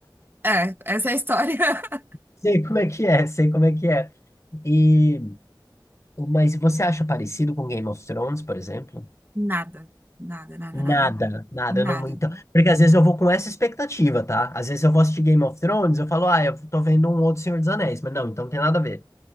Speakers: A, on the right; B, on the left.
A: É, essa é a história. <laughs>
B: Sei como é que é, sei como é que é. E, mas você acha parecido com Game of Thrones, por exemplo?
A: Nada, nada, nada,
B: Nada,
A: nada,
B: nada,
A: nada.
B: eu não, então, porque às vezes eu vou com essa expectativa, tá? Às vezes eu vou assistir Game of Thrones, eu falo, ah, eu tô vendo um outro Senhor dos Anéis, mas não, então não tem nada a ver.